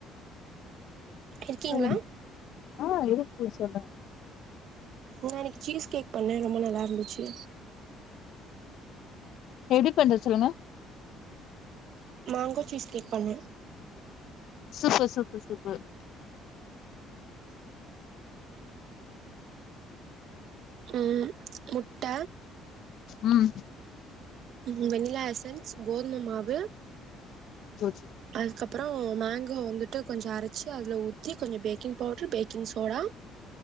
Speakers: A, on the right; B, on the left.
A: இருக்கீங்களா
B: சொல்லுங்க ஆ இருக்கே சொல்லுங்க
A: நா இன்னைக்கு சீஸ் கேக் பண்ண ரொம்ப நல்லா இருந்துச்சு
B: எப்டி பண்றது சொல்லுங்க
A: மேங்கோ சீஸ் கேக் பண்ண
B: சூப்பர் சூப்பர் சூப்பர்
A: ம் முட்ட
B: ம்
A: ம் வெண்ணிலா எஸ்சன் கோதுமமாவு
B: ஓகே
A: அதுக்கப் அப்றோ மேங்கோ வந்துட்டு கொஞ்ச அரைச்சு அதுல ஊத்தி கொஞ்ச baking powder baking soda